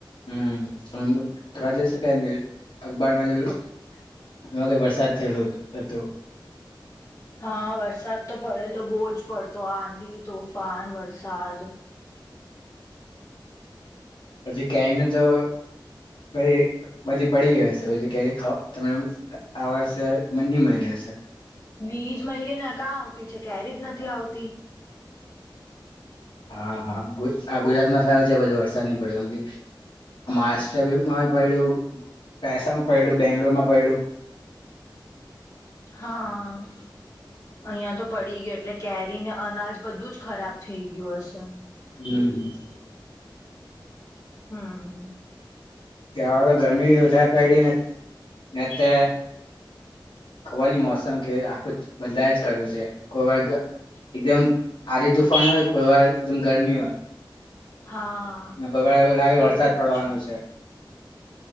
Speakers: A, on the left; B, on the left.
A: હમ્મ થોડા દિવસ પેલા અખબારમાં જોલું એમાં વરસાદ થયેલ હ હતું.
B: હા, વરસાદ તો પડેલો બહુ જ પડતો આંધી, તોફાન વરસાદ.
A: પછી કેરીને તો પ બધી પડી ગઈ હશે પી કેરી ખાવા તમને આ વર્ષે મ ની મૈડી હશે.
B: નીજ મહિલીને કાં આવતી છે ક્યારે જ નથી આવતી.
A: હા હા આ ગુજરાતમાં સારું છે બધું વરસાદ નહી પડ્યો કેમ કે મહારાષ્ટ્રમાં પડ્યું પહેસામાં પડ્યું બેંગ્લોર માં પડ્યું.
B: હા, અહિયાં તો પડી ગયો એટલે કેરીને અનાજ બધું જ ખરાબ થઈ ગયું હશે.
A: હમ્મ હમ્મ.
B: હમ્મ.
A: કે આવા માં ગરમી વધારે પડી ને તે ખબર ન મોસમ કે આખું જ બદલાય જ કરતું છે કોઈ વાર એકદમ આદ તુફાન હોય કોઈ વાર એકદમ ગરમી હોય.
B: હા
A: કોઈ વાર એવુ લાગે વરસાદ
B: એવું
A: પડવાનું
B: જ
A: છે.